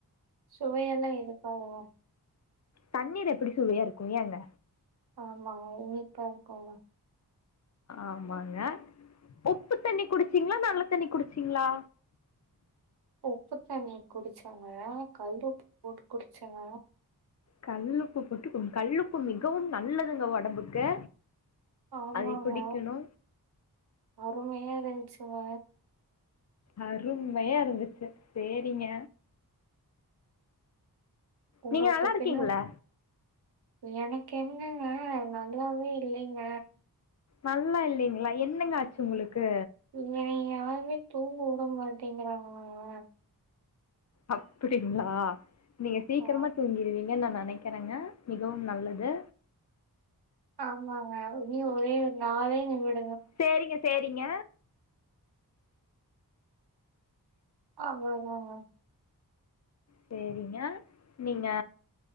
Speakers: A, on the right; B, on the left.
A: சுவையால்லா இருக்காதுங்க
B: தண்ணீர் எப்புடி சுவையா இருக்கு ஏங்க
A: ஆமாங்க இனிப்பா இருக்குங்க
B: ஆமாங்க உப்பு தண்ணி குடிச்சீங்களா நல்ல தண்ணி குடிச்சிங்களா
A: உப்பு தண்ணி குடிச்சேங்க கல்லு உப்பு போட்டு குடிச்சங்க
B: கல்லுப்பு போட்டு கல்லுப்பு மிகவும் நல்லதுங்க ஒடம்புக்கு
A: ஆமாங்க
B: அதை குடிக்கணு
A: அருமையா இருந்துச்சுங்க
B: அருமையா இருந்துச்சு செரிங்க
A: உங்களுக்குப்பின்ன
B: நீங்க நல்லா இருக்கீங்களா
A: எனக்கு என்னங்க நல்லாவே இல்லைங்க
B: நல்லா இல்லைங்களா என்னங்க ஆச்சு உங்களுக்கு
A: இல்ல யாருமே தூங்க உட மாட்டேங்கிறாங்களங்க
B: அப்டிங்களா நீங்க சீக்கிரமா
A: ஆ
B: தூங்கிருவீங்கன்னு நா நினைக் கக்கறங்க மிகவும் நல்லது
A: ஆமாங்க இ ஒரே ஒரு நாளே நிமிட
B: சேரிங்க சேரிங்க
A: ஆ ங்கங்க
B: சேரிங்க நீங்க